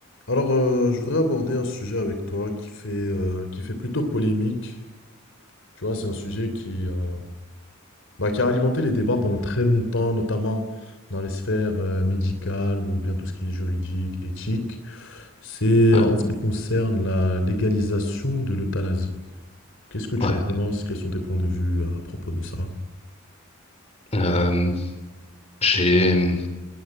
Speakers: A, on the left; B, on the left.
A: Alors, euh, je voudrais aborder un sujet avec toi qui fait, euh, qui fait plutôt polémique. Tu vois, c'est un sujet qui, euh, bah, qui a alimenté les débats pendant très longtemps, notamment dans les sphères, euh, médicales ou bien tout ce qui est juridique, éthique. C'est
B: Ouais,
A: en ce qui concerne la légalisation de l'euthanasie. Qu'est-ce que tu
B: ouais.
A: en penses? Quels sont tes points de vue à propos de ça?
B: Euh, j'ai, hum,